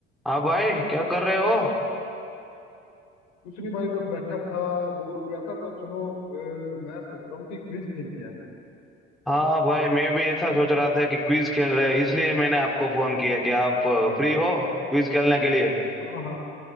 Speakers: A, in the centre; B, on the left.
A: हाँ भाई क्या कर रहे हो
B: कुछ नहीं भाई बस बैठा था बोर हो रहा था तो चलो अ, मैं सोच रहा हूँ कि क्विज खेलते हैं
A: हाँ भाई मैं भी ऐसा सोच रहा था कि क्विज खेल रहे हैं, इसलिए मैंने आपको फोन किया कि आप फ्री हो क्विज खेलने के लिए
B: हाँ हाँ